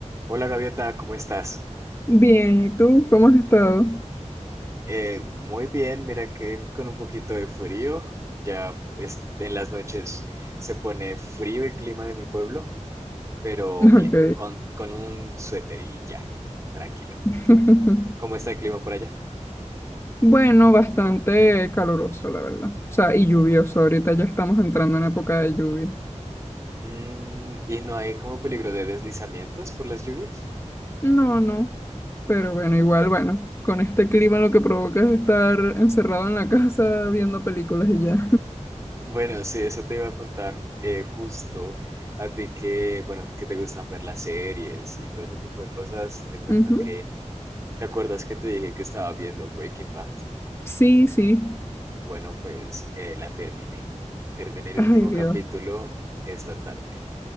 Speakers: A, on the right (about 25°); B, on the left (about 20°).
A: Hola Gaviota, ¿cómo estás?
B: Bien, ¿y tú? ¿Cómo has estado?
A: Eh, muy bien, mira que con un poquito de frío, ya es- en las noches se pone frío el clima de mi pueblo, pero
B: Ok.
A: bien, con, con un suéter y ya, tranquilo.
B: <laughs>
A: ¿Tú? ¿Cómo está el clima por allá?
B: Bueno, bastante caluroso, la verdad. O sea, y lluvioso. Ahorita ya estamos entrando en época de lluvia.
A: Mm, ¿y no hay como peligro de deslizamientos por las lluvias?
B: No, no. Pero bueno, igual, bueno. Con este clima lo que provoca es estar encerrado en la <laughs> casa viendo películas y ya.
A: Bueno, sí, eso te iba a contar eh, justo a ti que, bueno, que te gustan ver las series y todo ese tipo de cosas, te cuento
B: <laughs> Ujú.
A: que... ¿Te acuerdas que te dije que estaba viendo Breaking Bad?
B: Sí, sí.
A: Bueno, pues eh, la terminé. Terminé el
B: Ay,
A: último
B: Dios.
A: capítulo esta tarde.